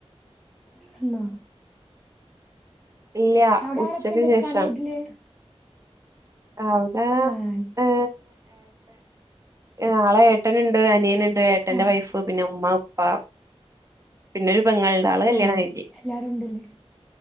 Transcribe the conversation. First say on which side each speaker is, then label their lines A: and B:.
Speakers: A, in the centre; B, on the right.
A: പോയി വന്നോ
B: ഇല്ല
A: അവിടെ
B: ഉച്ചക്ക്
A: ആരൊക്കെ ഉണ്ട്
B: ശേഷം
A: ഇക്കാന്റെ വീട്ടില്
B: അവിടാ
A: ആഹ് ശരി
B: ഏ ഏ നാളെ ഏട്ടനുണ്ട്, അനിയനുണ്ട്, ഏട്ടന്റെ
A: ആഹ്
B: വൈഫ് പിന്നെ ഉമ്മ പ പിന്നൊരു പെങ്ങളുണ്ട് ആള്
A: ആഹ
B: കല്യാണം കഴിഞ്ഞ്
A: ശരി എല്ലാരുണ്ടല്ലേ,